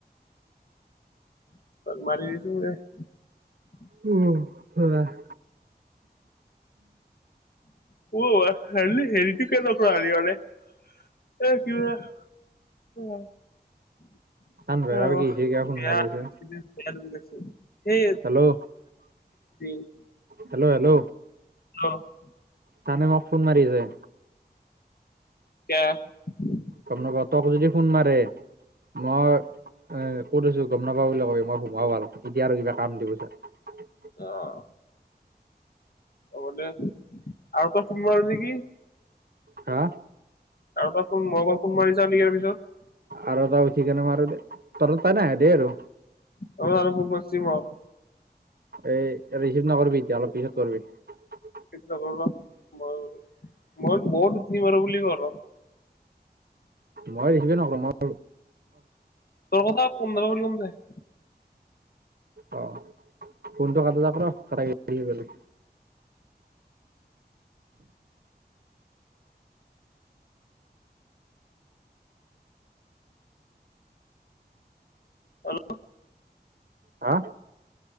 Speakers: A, on the left; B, on the right.
A: <unintelligible>
B: উম, <unintelligible>
A: <unintelligible> <unintelligible> অ', <unintelligible>
B: আনভেৰাৰ কি হৈছে কিয় ফোন মাৰি আছে
A: সেই
B: হেল্ল'
A: <inaudible>
B: হেল্ল'! হেল্ল'!
A: <inaudible>
B: চানে মোক ফোন মাৰিছে।
A: <unintelligible>
B: গম নাপাওঁ তক যদি ফোন মাৰে মই ক'ত আছোঁ, গম নাপাওঁ বুলি কবি মই <unintelligible>
A: আহ অ' মানে আৰু তই ফোন মাৰ নেকি?
B: হা
A: তপ পৰা ফোন মই পৰা ফোন মাৰিছা নেকিৰ পিছত
B: আৰু এটা উঠি কেনে আৰু <inaudible> পাই নাই দেই আৰু।
A: <unintelligible> ফোন মাৰছি মোক।
B: এই ৰিচিভ নকৰিবি এতিয়া অলপ পিছত কৰিবি।
A: মিছ নকৰিবা মই আৰু মই বৰ দুতনি বাৰো বুলি কওঁ ৰ <inaudible>
B: মই দেখিবে <inaudible> নকৰো মই
A: তোৰ কথা পোন্ধৰ কৰি কম দে <inaudible>
B: অ ফোনটো কাটা যাক না কাটা গছি <inaudible>
A: হেল্ল'
B: হা